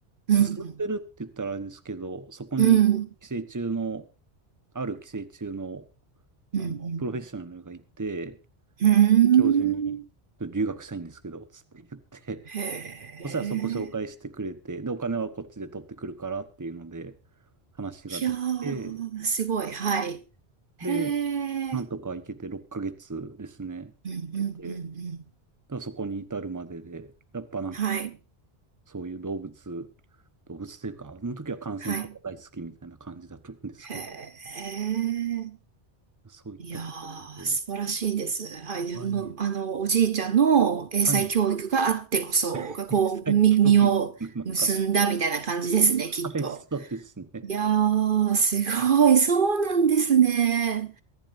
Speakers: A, on the right (about 20°); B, on the right (about 55°).
A: 進んでるって言ったらあれですけど、
B: うん、うん、
A: そこに寄生虫の、
B: うん、
A: ある寄生虫の、
B: うん、
A: あの、プロフェッショナルがいて、
B: うん、う
A: 教授に、
B: ん、
A: 留学したいんですけど、つって言って、
B: へえ、
A: そしたらそこ紹介してくれて、で、お金はこっちで取ってくるからっていうので、話ができて、
B: いやー、すごい、はい。へ
A: で、なんとか行けて6ヶ月ですね。
B: え、うん、うん、
A: 行けて、
B: うん、うん、
A: だからそこに至るまでで、やっぱなんか、
B: はい、
A: そういう動物、動物というか、あの時は感染症が大好きみたいな感じだったんですけど、
B: はい、へえ。
A: そういったところで、
B: いやー、素晴らしいです。はい。
A: はい、
B: でもう、あの、おじいちゃんの英才教育があってこそ、
A: はい、<laughs>
B: がこう、
A: 再教育の中、
B: み、実を結んだみたいな感じですね、きっと。
A: はい、そうですね。
B: いやー、すごい。
A: はい
B: そうなんですね。